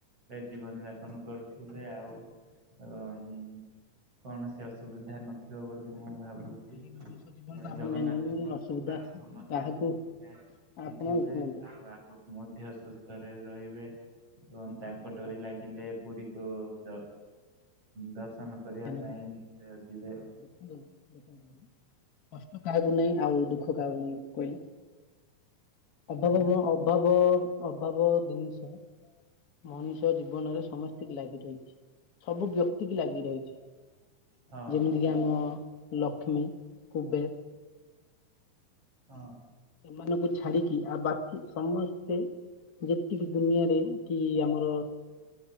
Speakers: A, on the right; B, on the left.
A: ଏ ଜୀବନ ଯାପନ କରୁଥିବେ, ଆଉ ଉଁନ୍ କୌଣସି ଅସୁବିଧା ନଥିବ, ବୋଲି ମୁଁ ଭାବ୍ ଭାବୁଚି।
B: ଭାଇ ମଣିଷ ଜୀବନ ତ ଆପଣ
A: ଜଗନ୍ନାଥ
B: ଜାଣିଛନ୍ତି
A: କୃପାରୁ
B: ଅସୁବିଧା
A: ସମସ୍ତେ
B: କାହାକୁ
A: ସୁସ୍ଥରେ
B: ଆପଣ
A: ଥିବେ।
B: ଶୁଣନ୍ତୁ
A: ଆଉ ଆଗକୁ ମଧ୍ୟ ସୁସ୍ଥରେ ରହିବେ। ଏବଂ ତାଙ୍କ
B: ଆଜ୍ଞା ଆଜ୍ଞା
A: ଡୋରି ଲାଗ୍ ଗିଲେ ପୁରୀକୁୁ ଯ ଦର୍ଶନ କରିବାପାଇଁ
B: ଧନ୍ୟବାଦ।
A: ନିଶ୍ଚୟ ଯିବେ।
B: ଦେଖନ୍ତୁ ଦେଖନ୍ତୁ କଷ୍ଟ କାହାକୁ ନାହିଁ, ଆଉ ଦୁଃଖ <unintelligible> କହିଲେ, ଅଭାବବ
A: ଆଜ୍ଞା
B: ଅଭାବ, ଅ ଅଭାବ ଦିନିଷ ମଣିଷ ଜୀବନରେ ସମସ୍ତିକି ଲାଗି ରହିଛି। ସବୁ ବ୍ୟକ୍ତି କି ଲାଗି ରହିଛି।
A: ହଁ
B: ଯେମିତି ଯେ ଆମ ଲକ୍ଷ୍ମୀ, କୁବେର୍
A: ହଁ।
B: ସେମାନଙ୍କୁ ଛାଡିକି, ଆଉ ବାକି ସମସ୍ତେ ଯେତିକି ଦୁନିଆରେ କି ଆମର